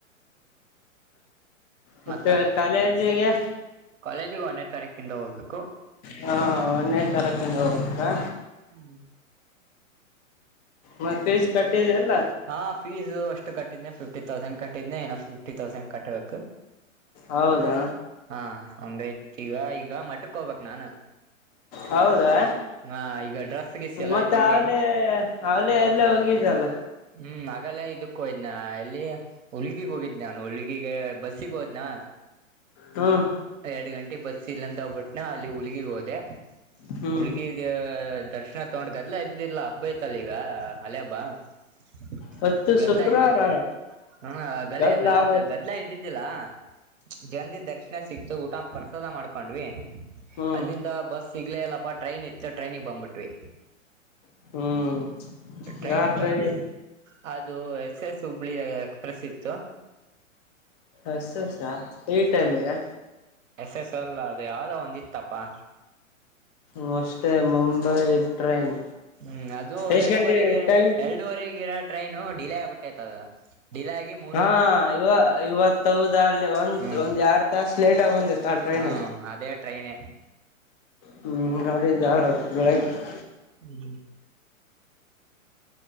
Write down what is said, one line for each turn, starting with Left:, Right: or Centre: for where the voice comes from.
Left: ಮತ್ತೆ
Right: ಮತ್ತ
Left: ಕಾಲೆಜೀಗೆ
Right: ಕಾಲೇಜಿಗೆ ಒಂದೇ ತಾರೀಕಿಂದ ಹೋಗ್ಬೇಕು
Left: ಹಾ ಒಂದೇ ತಾರಕಿಂದ ಹೋಗಬೇಕಾ
Right: ಹ್ಮ್
Left: ಮತ್ತ ಪೀಸ್ ಕಟ್ಟಿದ್ದ ಇಲ್ಲ
Right: ಹಾ ಫೀಸ್ ಅಷ್ಟು ಕಟ್ಟಿದ್ನೆ ಫಿಫ್ಟಿ ತೌಸಂಡ್ ಕಟ್ಟಿದ್ನೆ ಇನಫ್ ಫಿಫ್ಟಿ ಥೌಸಂಡ್ ಕಟ್ಬೇಕು
Left: ಹೌದಾ
Right: ಹಾ ಮತ್ತೆ ಈಗ್ ಈಗ ಇಟ್ಟಕೋಗ್ಬೇಕು ನಾನು
Left: ಹೌದಾ
Right: ಹ ಈಗ ಡ್ರೆಸ್ ಗಿಸ್ ಎಲ್ಲ
Left: ಮತ್ತ
Right: ಇಟ್ಕೊಂಡಿನಿ
Left: ಅವಲೆೇ ಅವಲೆೇ ಎಲ್ಲ ಹೋಗಿದಲ್ಲ
Right: ಹ್ಮ್ ಆಗಲ್ಲೇ ಇದಕ್ಕ ಹೋಗಿದನ್ ಯ್ ಎಲ್ಲಿ ಹುಲಗಿಗ್ ಹೋಗಿದ ನಾನು ಹುಳ್ಗಿಗೆ ಬಸ್ಸಿಗೆ ಹೋದ್ನಾ
Left: ಹ್ಮ್
Right: ಎರಡ್ ಗಂಟೆ ಬಸ್ ಇಲ್ಲಿಂದ ಬಿಟ್ಟ್ನಅಲ್ಲಿ ಹುಲ್ಲಿಗೆ ಹೋದೆ
Left: ಹ್ಮ್
Right: ಹುಲಿಗಿಗೆ ದರ್ಶನ ತಗೊಂಡ್ ಗದಲ ಇದ್ದಿದ್ದಿಲ್ಲಾ ಹಬ್ಬ ಐತಲ್ಲ ಈಗ ಅಲ್ಲೇ ಹಬ್ಬ ಬ
Left: ಹೊತ್ತು
Right: ಗದಲ
Left: ಶುಕ್ರವಾರ
Right: ಇದ್ದಿದ್ದಿಲ್ಲ ಹ ಗಲೆ
Left: ಗದ್ದಲ
Right: ಗದ
Left: ಆವತ್ತು
Right: ಗದಲ ಇದ್ದಿದ್ದಿಲ್ಲಾ ಜಂದಿ ದರ್ಶನ ಸಿಕ್ತು ಊಟ ಪ್ರಸಾದ ಮಾಡ್ಕೊಂಡ್ವಿ
Left: ಹ್ಮ್
Right: ಅಲ್ಲಿಂದ
Left: ಹ್ಮ್
Right: ಬಸ್ ಸಿಗ್ಲೆ ಇಲ್ಲಪಟ್ ಟ್ರೈನ್ ಇತ್ತ್ ಟೈನಿಗ ಬಂದಬುಟ್ಟವಿ
Left: ಹ್ಮ್
Right: ಟ್ರೈನಿಗ
Left: ಯಾವ ಟ್ರೈನ್
Right: ಬಂದ್ವಿ ಅದು ಎಸ್ ಎಸ್ ಹುಬ್ಳಿ ಎಕ್ಸ್ಪ್ರೆಸ್ ಇತ್ತು
Left: ಎಸ್ ಎಸಾ‌‌ ಈ ಟೈಮ್ಗಿ
Right: ಎಸ್ ಎಸ್ ಅಲ್ಲ ಅದು ಯಾವದೋ ಒಂದ ಇತ್ತಪ್ಪಾ
Left: ಮೋಸ್ಟ್ಲಿ ಮುಂಬೈ ಟ್ರೈನ್
Right: ಹ್ಮ್ ಅದು
Left: ಎಷ್ಟು
Right: ಎರಡುವರಿಗೆ
Left: ಗಂಟೆ ಟೈಮ್
Right: ಎರಡುವರಿಗಿರ ಟ್ರೈನು ಡಿಲೇ ಆಗ್ಬಿಟ್ಟೈತದ ಡಿಲೆಯಾಗಿ ಮೂ
Left: ಹಾ ಇವ ಇವತೌದ ಅಲ್ಲಿ ಒಂದ್
Right: ಹ್ಮ್
Left: ಒಂದ್ ಎರಡ್ ತಾಸ ಲೇಟ್ಗಾ ಬಂದಿತ್ತ ಆ ಟ್ರೈನ್
Right: ಹ್ಮ್ ಅದೇ ಟ್ರೈನೆ
Left: ಹ್ಮ್ ನೋಡಿ ಬಾಳ <unintelligible>
Right: ಹ್ಮ್